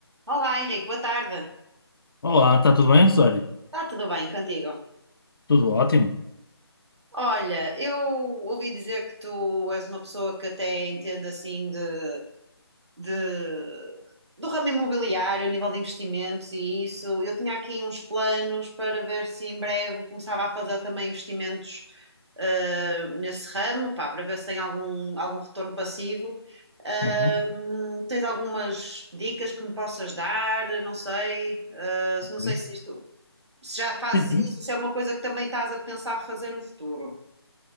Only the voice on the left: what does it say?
Olá, está tudo bem, Rosário?
Tudo ótimo.
Uhum.
Sim.
Uhum.